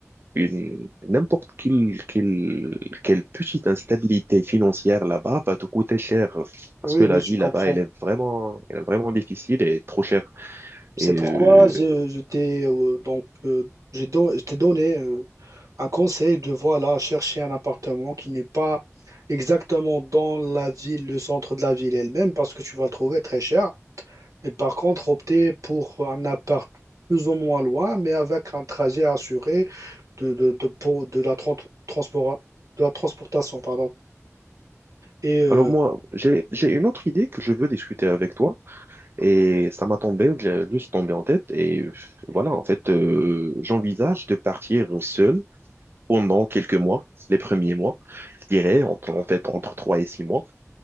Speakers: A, on the right (about 45°); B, on the right (about 85°).
A: une- n'importe quelle, quelle, quelle petite instabilité financière là-bas va te coûter cher parce
B: Oui,
A: que
B: oui,
A: la
B: je
A: vie
B: comprends.
A: là-bas, elle est vraiment, elle est vraiment difficile et trop chère.
B: C'est
A: Et euh,
B: pourquoi je, je t'ai euh, donc euh, je don- je t'ai donné euh, un conseil de voilà chercher un appartement qui n'est pas exactement dans la ville, le centre de la ville elle-même, parce que tu vas le trouver très cher. Mais par contre, opter pour un appart plus ou moins loin, mais avec un trajet assuré de, de, de, pour- de la tran- transport, de la transportation, pardon. Et euh,
A: alors moi, j'ai, j'ai une autre idée que je veux discuter avec toi et ça m'a tombé, j'ai juste tombé en tête et euh, voilà, en fait, euh, j'envisage de partir seul pendant quelques mois, les premiers mois, je dirais, entre- en fait, entre trois et six mois,